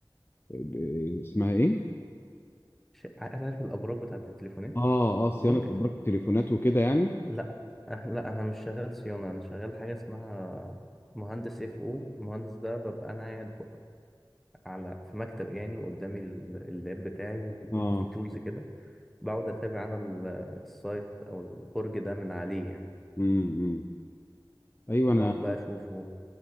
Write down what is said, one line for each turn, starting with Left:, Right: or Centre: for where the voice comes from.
Left: ب- اسمها ايه
Centre: ش- عارف الابراج بتاعت التليفونات
Left: اه اه صيانه
Centre: برج
Left: ابراج
Centre: ت...
Left: التليفونات وكده يعني
Centre: لا أه لا انا مش شغال صيانه انا شغال حاجه اسمها مهندس اف او المهندس ده ببقى انا قاعد ب- على في مكتب يعني وقدامي ال- اللاب بتاعي و-
Left: اه
Centre: وفي تولز كده بقعد اتابع انا ال- السايت او البرج ده من عليه يعني
Left: امم امم. ايوه
Centre: بقعد
Left: انا
Centre: بقى اشوفه